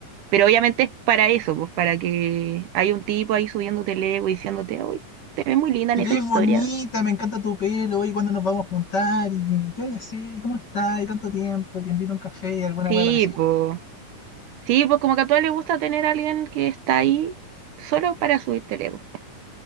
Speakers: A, on the right (about 70°); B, on the left (about 40°).
A: Pero obviamente es para eso, pues para que hay un tipo ahí subiéndote el ego y diciéndote, uy, te ves muy linda en
B: que
A: esa
B: te ves
A: historia.
B: bonita, me encanta tu pelo, y cuándo nos vamos a juntar, y qué hay que hacer, y cómo estás, y tanto tiempo, te invito a un café, y alguna
A: Sí,
B: wea parecida.
A: pues, sí, pues como que a todas les gusta tener a alguien que está ahí solo para subirte el ego.